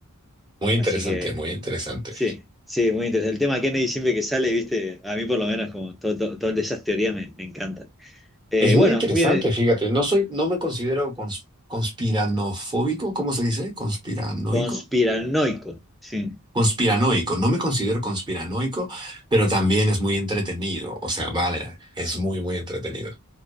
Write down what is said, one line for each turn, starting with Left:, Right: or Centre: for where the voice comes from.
Right: muy interesante,
Centre: Así que
Right: muy interesante.
Centre: sí, sí, muy interesante. El tema de Kennedy siempre que sale, viste, a mí por lo menos como todo, todo- todas esas teorías me, me encantan. Eh,
Right: Es muy
Centre: bueno,
Right: interesante,
Centre: viene
Right: fíjate. No soy, no me considero cons- conspiranofóbico, ¿cómo se dice? Conspiranoico.
Centre: conspiranoico. Sí,
Right: Conspiranoico, no me considero conspiranoico, pero también es muy entretenido. O sea, vale, es muy, muy entretenido.